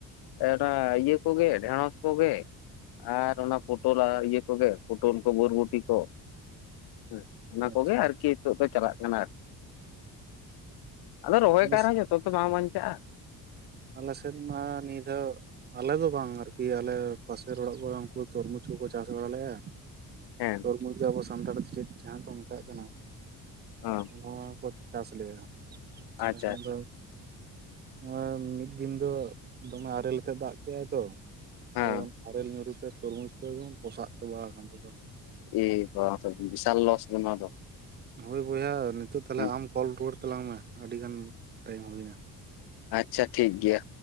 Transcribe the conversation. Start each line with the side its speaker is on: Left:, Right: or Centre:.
Left: ᱮᱸ ᱱᱚᱣᱟ ᱤᱭᱟᱹ ᱠᱚᱜᱮ ᱰᱷᱮᱲᱚᱥ ᱠᱚᱜᱮ ᱟᱨ ᱚᱱᱟ ᱯᱚᱴᱚᱞ ᱟᱨ ᱤᱭᱟᱹ ᱠᱚᱜᱮ ᱯᱚᱴᱚᱞ ᱠᱚ ᱵᱩᱨᱵᱩᱴᱤ ᱠᱚ ᱦᱮᱸ ᱚᱱᱟ ᱠᱚᱜᱮ
Right: ᱟᱪᱪᱷᱟ
Left: ᱟᱨᱠᱤ
Right: ᱟᱪᱪᱷᱟ
Left: ᱦᱤᱛᱚᱜ ᱫᱚ ᱪᱟᱞᱟᱜ ᱠᱟᱱᱟ ᱟᱫᱚ ᱨᱚᱦᱚᱭ
Right: ᱟᱞᱮ
Left: ᱠᱟᱜ ᱨᱮᱦᱚᱸ ᱡᱚᱛ ᱱᱤᱛᱚᱜ ᱛᱚ ᱵᱟᱝ ᱵᱟᱧᱪᱟᱜ-ᱟ,
Right: ᱟᱞᱮ ᱥᱮᱫ ᱢᱟ ᱱᱤᱫᱟᱹᱣ ᱟᱞᱮ ᱫᱚ ᱵᱟᱝ ᱟᱨᱠᱤ ᱟᱞᱮ ᱯᱟᱥᱮ ᱚᱲᱟᱜ ᱠᱚᱨᱮ ᱩᱱᱠᱩ ᱛᱩᱨᱢᱩᱡᱽ ᱠᱚᱠᱚ ᱪᱟᱥ ᱵᱟᱲᱟ ᱞᱮᱜ-ᱟ,
Left: ᱦᱮᱸ
Right: ᱛᱩᱨᱢᱩᱡ ᱡᱮ ᱟᱵᱚ ᱥᱟᱱᱛᱟᱲ ᱛᱮ ᱪᱮᱫ ᱡᱟᱦᱟᱸ ᱠᱚ ᱢᱮᱛᱟᱜ ᱠᱟᱱᱟ
Left: ᱦᱚᱸ
Right: ᱱᱚᱣᱟ ᱠᱚ ᱪᱟᱥ ᱞᱮᱜ-ᱟ ᱛᱟᱦᱞᱮ
Left: ᱟᱪᱪᱷᱟ
Right: ᱠᱷᱟᱱ
Left: ᱟᱪᱪᱷᱟ
Right: ᱫᱚ ᱱᱚᱣᱟ᱾ ᱢᱤᱫ ᱫᱤᱱ ᱫᱚ ᱫᱚᱢᱮ ᱟᱨᱮᱞ ᱞᱮᱠᱟ ᱫᱟᱜ ᱠᱮᱜ-ᱟᱭ ᱛᱚ
Left: ᱦᱮᱸ
Right: ᱟᱫᱚ ᱟᱨᱮᱞ ᱧᱩᱨᱩ ᱛᱮ, ᱛᱩᱨᱢᱩᱡᱽ ᱫᱚ ᱮᱠᱫᱚᱢ ᱯᱚᱥᱟᱜ ᱪᱟᱵᱟ ᱟᱠᱟᱱ ᱛᱟᱠᱚᱣᱟ,
Left: ᱮᱭ <inaudible> ᱵᱤᱥᱟᱞ ᱞᱚᱥ ᱛᱚ ᱱᱚᱣᱟ ᱫᱚ
Right: ᱦᱳᱭ ᱵᱚᱭᱦᱟ ᱱᱤᱛᱚᱜ ᱛᱦᱟᱞᱮ
Left: ᱦᱩᱸ
Right: ᱟᱢ ᱠᱚᱞ ᱨᱩᱣᱟᱹᱲ ᱛᱟᱞᱟᱝ ᱢᱮ ᱟᱹᱰᱤ ᱜᱟᱱ ᱴᱟᱭᱤᱢ ᱦᱩᱭᱱᱟ᱾
Left: ᱟᱪᱪᱷᱟ ᱴᱷᱤᱠ ᱜᱮᱭᱟ,